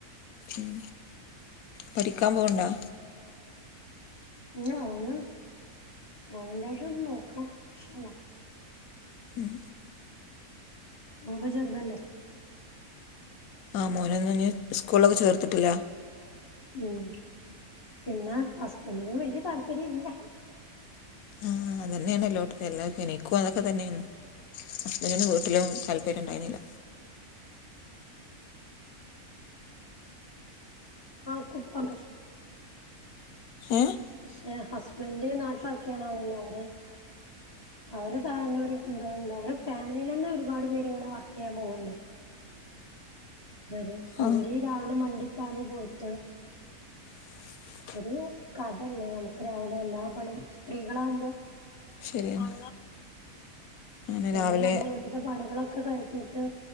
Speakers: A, on the left; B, on the left.
A: ഉം പഠിക്കാൻപോവ്ണ്ട
B: ഞ്ഓനുംഓനന്തായാലുംഒന്ന് നോക്കണംഇന്ശാല്ലാഹ്‌
A: ഉം.
B: ഓൻപ്പചെറുതല്ലേ.
A: ആഹ് മോനന്നസ്കൂളൊക്കെ ചേർത്തിട്ടില്ല
B: ഉം പിന്നെ ഹസ്ബന്റിനുംവല്യ താല്പര്യ ഇല്ല
A: ആഹ്അതന്നെയാണല്ലോട് എല്ലാ ഇനിക്കും അതൊക്കെതന്നേയ്ന്നും ഹസ്ബൻഡ്ന്റെ വീട്ടിലും <unintelligible> ണ്ടായ്ഞ്ഞീല
B: ആഹ്കുപ്പ <unintelligible>
A: ഏഹ്
B: പക്ഷെഹസ്ബന്റനാട്ടില് വർക്കെയ്യണ ആളന്നെഅവര് അവര്താഴന്നെഒരുന്താഎന്താ അവരെ ഫാമിലിയിലെന്നെഒരുപാട്പേര്ങ്ങനെ വർക്കെയ്യാൻപോവ്ണ്ട് ഇവരെ
A: ആ
B: ഇവര് രാവിലെമണ്ടിപ്പാഞ് പോയിട്ട്
A: <inaudible>
B: ഒരു കഥല്ലേനമുക്ക് രാവിലെഎല്ലാ പണിംസ്ത്രീകളാവുമ്പോ
A: ശരിയാണ് അങ്ങനെ
B: നമ്മള്നമ്മളെവീട്ടിത്തെ
A: രാവിലെ
B: പണികളൊക്കെകഴിഞ്ഞിട്ട്